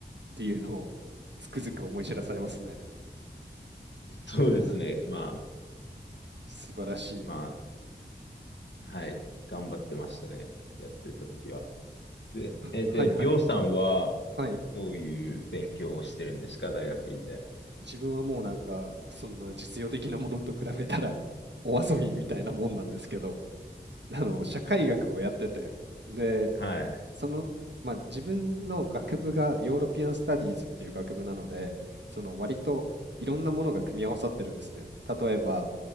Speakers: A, on the right (about 75°); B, on the left (about 75°).
A: ていうのをつくづく思い知らされますね。
B: <laughs> そうですね。
A: いやー、
B: まあ、
A: 素晴らしい。
B: まあ、はい。頑張ってましたね。やってた時は。で、
A: ははいはい。
B: え、で、りょうさんは
A: はい。
B: どういう勉強をしてるんですか、大学院で。
A: 自分はもうなんか、そんな実用的なものと比べたら、お遊びみたいなもんなんですけど。あの社会学をやっててで
B: はい。
A: その、まあ、自分の学部がヨーロピアン・スタディーズっていう学部なのでその割といろんなものが組み合わさってるんですね例えば